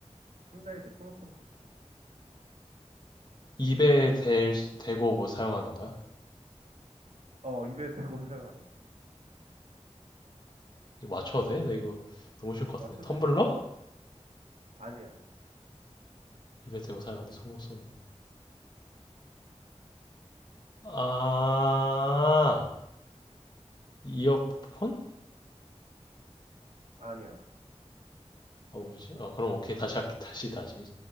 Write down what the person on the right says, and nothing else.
근데 이제 소모성도 있지.
어, 입에 대고 <laughs> 사용하는 거.
맞춰
되지? 아니야.
아니야.